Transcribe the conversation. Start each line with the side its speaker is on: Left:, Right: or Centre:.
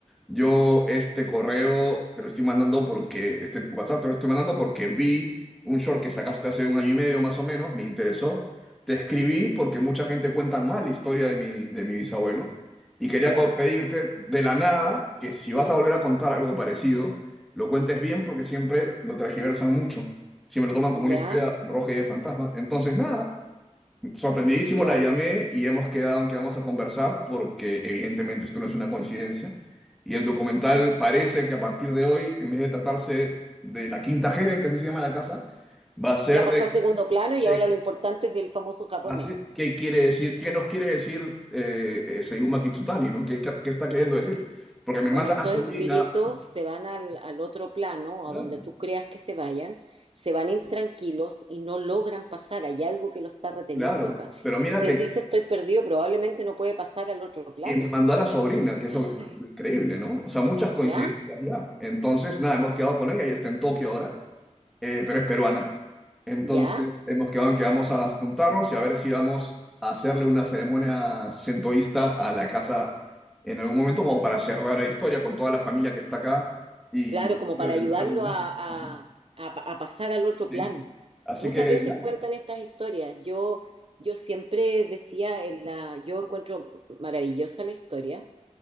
Centre: Yo este correo te lo estoy mandando porque, este WhatsApp te lo estoy mandando porque vi un short que sacaste hace un año y medio más o menos, me interesó. Te escribí porque mucha gente cuenta mal la historia de mi, de mi bisabuelo. Y quería
Right: ya,
Centre: co- pedirte de la nada que si vas a volver a contar algo parecido, lo cuentes bien porque siempre lo tergiversan mucho. Siempre lo toman como
Right: ya.
Centre: una historia roja y de fantasma. Entonces, nada, sorprendidísimo
Right: Wow.
Centre: la llamé y hemos quedado en que vamos a conversar porque evidentemente esto no es una coincidencia. Y el documental parece que a partir de hoy, en vez de tratarse de la Quinta Jeren, que así se llama la casa, va a ser
Right: Ya pasó
Centre: de,
Right: a segundo plano
Centre: de
Right: y ahora lo importante es del famoso japonés.
Centre: Así, ¿qué quiere decir? ¿Qué nos quiere decir eh, eh, Seiyuma Kitsutani, ¿no? ¿Qué, ca- qué está queriendo decir? Porque me
Right: Bueno,
Centre: manda
Right: esos
Centre: a la sobrina,
Right: espíritus se van al, al otro plano,
Centre: claro,
Right: a donde tú creas que se vayan, se van intranquilos y no logran pasar. Hay algo que lo está reteniendo
Centre: claro,
Right: acá.
Centre: pero mira
Right: Y si
Centre: que,
Right: él dice estoy perdido, probablemente no puede pasar al otro plano.
Centre: y me mandó a la sobrina, que es
Right: Ay,
Centre: lo, lo- lo increíble, ¿no? O sea, muchas coincidencias
Right: ¿Ya?
Centre: ya. Entonces, nada, hemos quedado con ella y está en Tokio ahora. eh, pero es peruana. Entonces
Right: ¿Ya?
Centre: hemos quedado en que vamos a juntarnos y a ver si vamos a hacerle una ceremonia centoísta a la casa en algún momento, como para cerrar la historia con toda la familia que está acá y,
Right: Claro, como
Centre: y
Right: para
Centre: organizar
Right: ayudarlo
Centre: un viaje.
Right: a, a-
Centre: Ajá,
Right: a pa- a pasar al otro
Centre: ¿sí?
Right: plano.
Centre: Así
Right: Muchas
Centre: que,
Right: veces
Centre: nada,
Right: cuentan estas historias. Yo, yo siempre decía, en la, yo encuentro maravillosa la historia